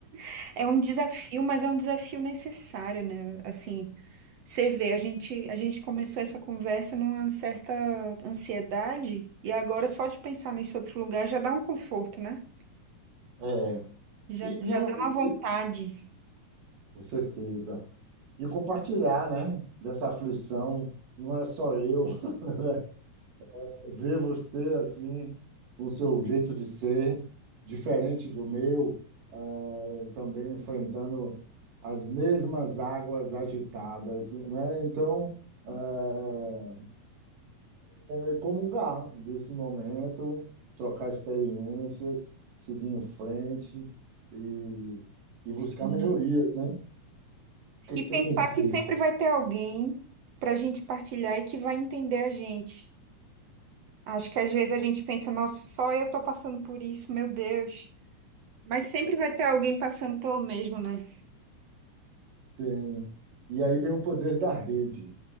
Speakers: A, on the right; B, on the right.
A: <laughs> é um desafio, mas é um desafio necessário, né? Assim, você vê, a gente, a gente começou essa conversa numa certa ansiedade, e agora só de pensar nesse outro lugar já dá um conforto, né?
B: É.
A: Já,
B: E,
A: já
B: não,
A: dá uma vontade.
B: e, com certeza. E compartilhar, né, dessa aflição, não é só eu. <laughs> ver você assim, com o seu jeito de ser, diferente do meu, eh, também enfrentando as mesmas águas agitadas, né? Então, eh, é comungar desse momento, trocar experiências, seguir em frente e, e buscar
A: Sim.
B: melhorias, né? O que
A: E
B: que você
A: pensar
B: tem feito?
A: que sempre vai ter alguém para a gente partilhar e que vai entender a gente. Acho que às vezes a gente pensa, nossa, só eu tô passando por isso, meu Deus. Mas sempre vai ter alguém passando pelo mesmo, né?
B: Tem... E aí vem o poder da rede.